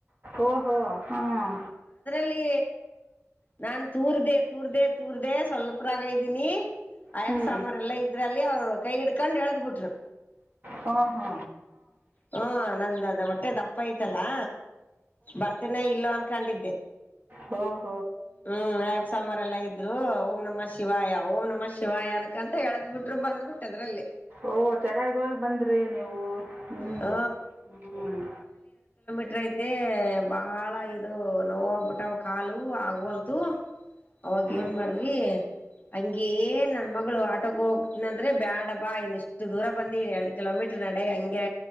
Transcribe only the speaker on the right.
ಓಹೋ ಹ್ಮ್
ಹ್ಞೂ
ಹಾ ಹಾ
ಹಓ
ಓ ಚೆನ್ನಾಗಿ ಹೋಗು ಬಂದ್ರಿ ನೀವು ಹ್ಮ್
ಹ್ಮ್
ಹ್ಞೂ